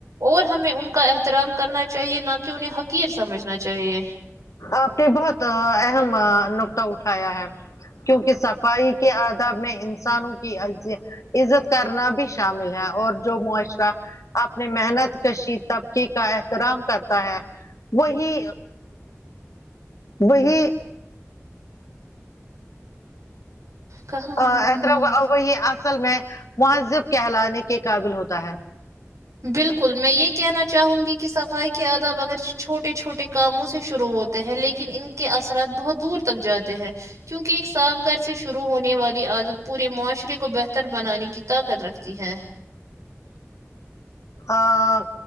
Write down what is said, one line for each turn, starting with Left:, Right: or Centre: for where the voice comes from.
Right: اور ہمیں ان کا احترام کرنا چاہیے نہ کہ انہیں حقیر سمجھنا چاہیے
Left: آپ نے بہت آ اہم نکتہ اٹھایا ہے کیونکہ صفائی کے آداب میں ان انسانوں کی عز عزت کرنا بھی شامل ہے اور جو معاشرہ اپنے محنت کشی طبقے کا احترام کرتا ہے وہی وہی
Right: کہاں
Left: ا اتر وہی اصل میں مہذب کہلانے کے قابل ہوتا ہے
Right: بالکل میں یہ کہنا چاہوں گی کہ صفائی کے آداب اگر چھوٹے چھوٹے کاموں سے شروع ہوتے ہیں لیکن ان کے اثرات بہت دور تک جاتے ہیں کیونکہ ایک صاف گھر سے شروع ہونے والی عادت پورے معاشرے کو بہتر بنانے کی طاقت رکھتی ہے
Left: آں